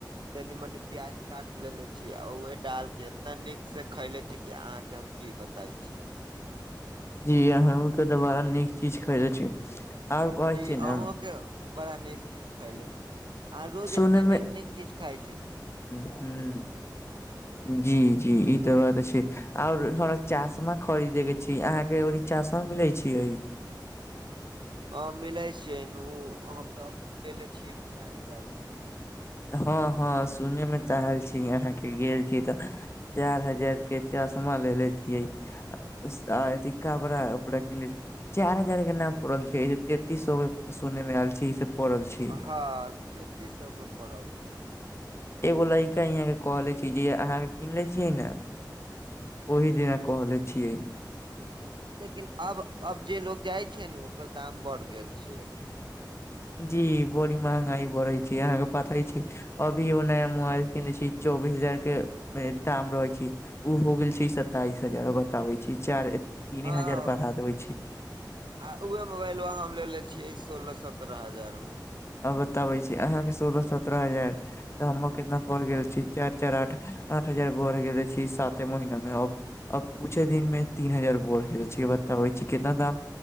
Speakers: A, on the right; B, on the left.
A: तनी मनी प्याज काट लेले छी आ ओहे डाल के इतना निक। से खयले छी कि अहाँके हम की बताई छी।
B: जी अहूके त बारा नीक चीज खयले छी। आओर कहै
A: जी
B: छी ने
A: अहूके बड़ा नीक चीज खैले छियै। आँहा रोज
B: सुने
A: एतने नीक नीक चीज खाय छी कि।
B: हं जी जी ई तऽ बात छै। और हमरा चाशमा खरीदे के छी अहाँ के ओड़ी चशमा मिले छीय।
A: हँ मिलै छियै नू हम तऽ अपने लेलेे छियै चार हजार के।
B: हँ हँ सुने मे त एल छी अहाँके गेल छी तऽ। चार हजार के चश्मा लेले छियै। आ अथी कापड़ा उपरा किनले छी। चार हजार के नाम पड़ल छै तेंतीस सौ के सुन मे आयल छै ई सब। पड़ल छै
A: हँ तेंतीस सौ के पड़ल छै।
B: एगो लड़का यहाँ कहले छी जे अहाँके किन ले छियै ने ओहि दिना। कहले छियै।
A: लेकिन अब अब जे लोग जाय छै ने ओकर दाम बढ़ गेल छै।
B: जी बड़ी महंगाई बढ़े छै अहाँके पताई छी। अभी ओ नया मोबाइल किने छी चौबीस हजार के दाम रहै छी। ऊ हो गेल छै सताइस हजार बताबै छै चार तीने
A: हँ
B: हजार बढ़ा देबे
A: आ उहों मोबाइलवा हम लेले छियै
B: छी
A: सोल सत सत्रह हजार में
B: आ बताबै छी आहाँके सोलह सत्रह हजार। तऽ हम कितना पढ़ गेल छी चैर- चैर आठ आठ हजार बढ़ गेले छी साते महिना में अब- अब कुछे दिन मे तीन हजार बड़ गेल छै बताबै छै कितना दाम